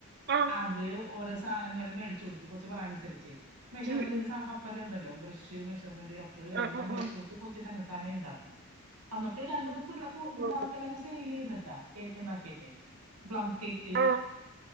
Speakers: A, on the right (about 45°); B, on the right (about 85°).
A: ആഹ്
B: അത് ഓരോ സാധനങ്ങള് മേട്ച്ച് കൊടുത്ത് കൊച്ച് പറയണത് അൻസരിച്ച് മെഷർമെന്റ്
A: ഉം ഉം.
B: സാ കപ്പ് എല്ലാം ഇണ്ടല്ലോ ബ്രഷ് മെഷർമെന്റ് കപ്പ്
A: ആ
B: എല്ലാം
A: ആ ആ
B: മേട്ച്ച് കൊട് ഇപ്പൊ കൊച്ച് തന്നത്താനെ ഇണ്ടാക്കും എന്നിട്ട് രണ്ട് മൂന്ന് പിള്ളേർക്കെല്ലാം
A: ഓ
B: സെയിൽ ചെയ്ത്ട്ടാ കേക്ക് ഇണ്ടാക്കീട്ടെ പ്ലം കേക്ക്
A: ആ